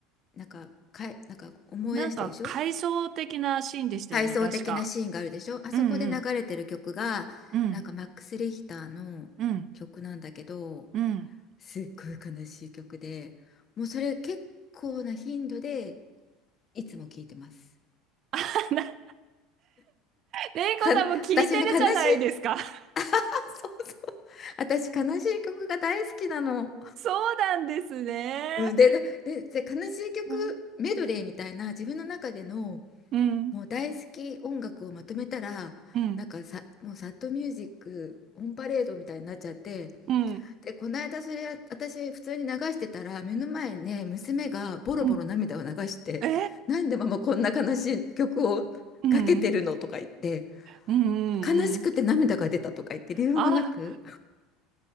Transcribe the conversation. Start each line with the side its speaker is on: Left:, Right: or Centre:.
Left: なんか、かいなんか思い出してでしょ
Right: なんか、回想的なシーンでしたよね、
Left: 回想的なシーンがあるでしょあそこで流れてる曲がなんかマックス・
Right: 確か。うんうん、うん、
Left: リヒターの曲なんだけど
Right: うん、うん。
Left: すっごい悲しい曲でもうそれ結構な頻度でいつも聴いてます。
Right: <laughs> レイコさんも聞いてるじゃないですか。
Left: か私ね悲しい
Right: <laughs>
Left: あそうそう <laughs> 私悲しい曲が大好きなの。
Right: そうなんですね。
Left: うん、で、で、で、で悲しい曲メドレーみたいな自分の中での
Right: うん、うん、
Left: もう大好き音楽をまとめたらなんかさもうサッドミュージックオンパレードみたいになっちゃって
Right: うん、うん、
Left: でこの間それ私普通に流してたら目の前にね娘がボロボロ涙を流して「なんでママこんな悲しい曲をかけてるの?」とか言って
Right: うん。えうん、うん、うん、
Left: 悲しくて涙が出たとか言って理由もなく
Right: うん。あ